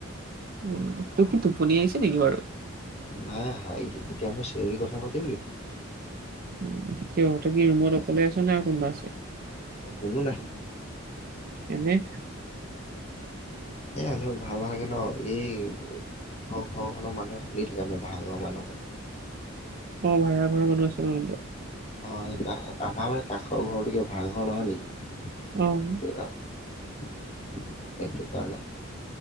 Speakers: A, on the right; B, on the left.
A: উম তোৰ কি টোপনি আহিছে নেকি বাৰু
B: নাই আহা এতিয়া মই চিয়ৰিৰ কথা পাতিম নেকি।
A: উ কিয় তুমি ৰুমত অকলে আছা নে আৰু কোনোবা আছে?
B: নাই কোনো নাই
A: এনেই
B: এ হলেও ভাল নালাগে ন এই কাষৰ ঘৰখনৰ মানুহে শুনি থাকে মানে আগৰ মানুহ কালে
A: অ ভাড়া ঘৰ মানুহ আছিল <unintelligible>
B: অ সেইকেইটা আমাৰ মানে কাষৰ ঘৰটো কিবা ভাড়াঘৰ নহয় নেকি।
A: উম।
B: <unintelligible> সেইটো কাৰণে।